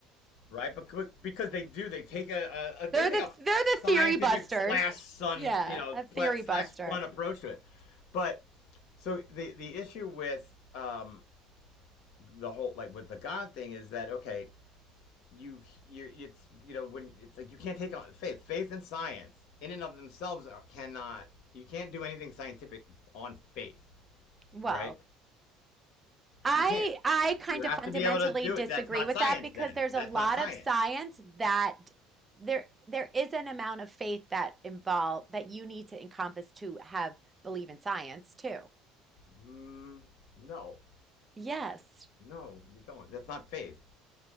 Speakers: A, on the left; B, on the right.
A: right? But because they do, they take a, a they
B: the
A: take a
B: they're
A: scientific
B: the theory busters.
A: slash sun,
B: Yeah,
A: you know,
B: a theory
A: slash
B: buster.
A: fun approach to it. But so the the issue with um the whole like with the God thing is that okay, you you it's you know when it's like you can't take on faith, faith and science in and of themselves are, cannot you can't do anything scientific on faith,
B: Well,
A: right?
B: I
A: You can't.
B: I kind
A: You have
B: of fundamentally
A: to be able to do
B: disagree
A: it. That's not
B: with
A: science
B: that because
A: then.
B: there's
A: That's
B: a lot
A: not science.
B: of science that there there is an amount of faith that involve that you need to encompass to have believe in science too.
A: Mm, no,
B: Yes.
A: No, you don't. That's not faith.